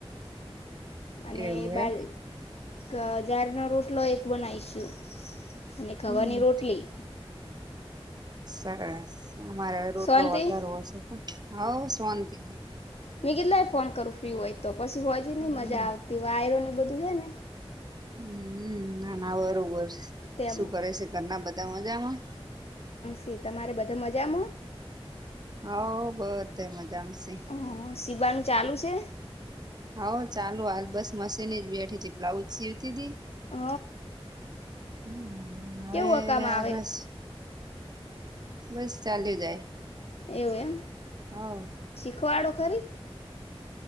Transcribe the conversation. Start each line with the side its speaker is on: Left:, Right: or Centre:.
Left: અને
Right: એવું
Left: બા
Right: એમ
Left: ારનો રોટલો એક બનાયશું અને ખાવાની
Right: હમ
Left: રોટલી
Right: સરસ અમારે રોટલો
Left: શાંતિ
Right: વધારો હશે પણ હ સોંતિ
Left: મે કેટલાય ફોન કરું ફ્રી હોય તો પછી હોજી
Right: હમ
Left: નઈ મજા આવતી વાયરોને બધું હે ને
Right: હમ નાના બરોબર
Left: તેમાં
Right: શું કરે છે કરના બધા મજામાં
Left: જી તમારે બધ મજા
Right: હા બહત મજામાંશે
Left: હ સીવાનું ચાલુ છે
Right: હા ચાલુ હાલ બસ મશીન જ બેઠી તથી બ્લાઉઝ સીવતી હતીી
Left: હ
Right: હમ હવે
Left: કેવું કામ આવે
Right: રસ બસ ચાલ જાય
Left: એવું એમ
Right: હ
Left: ખવાડો ખરી